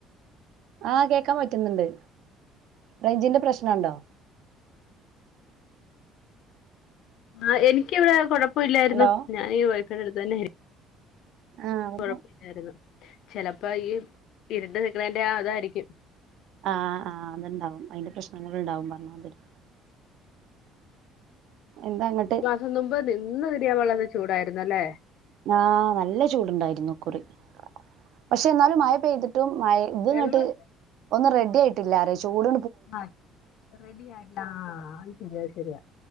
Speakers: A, on the right; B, on the left.
A: ആഹ് കേൾക്കാൻ പ റ്റുന്നുണ്ട് റേഞ്ചിന്റെ പ്രശ്നമുണ്ടോ
B: ആ എനിക്കിവിടെ കുഴപ്പമില്ലായിരുന്നു
A: ഹലോ
B: ഞാൻ ഈ വൈഫൈടെ അടുത്ത് തന്നെ ആയിരു
A: ആഹ് അവിടുന്ന്
B: കൊഴപ്പ് ര്ന്ന് ചിലപ്പോ ഈ ഇരുണ്ട് നിക്കണേന്റെ ആ ഇതാരിക്കും
A: ആഹ് ആഹ് അതുണ്ടാവും അതിന്റെ പ്രശ്നങ്ങൾണ്ടാവും പറഞ്ഞമാതിരി എന്താ അങ്ങട്ട്
B: ഇതിനും മുമ്പ് നിന്ന് തിരിയാൻള്ള്ളത് ചൂടായിരുന്നു അല്ലേ
A: ആഹ് നല്ല ചൂടുണ്ടായിരുന്നു ഇകുറി പക്ഷെ എന്നാലും മഴ പെയ്തിട്ടും മഴ ഇത്
B: വെള്ളം
A: ഇങ്ങോട്ട് ഒന്നും റെഡി ആയിട്ടില്ല അരെ ചൂട്
B: ആഹ് റെഡി ആയിട്ടില്ല ആഹ് അത് ശരിയ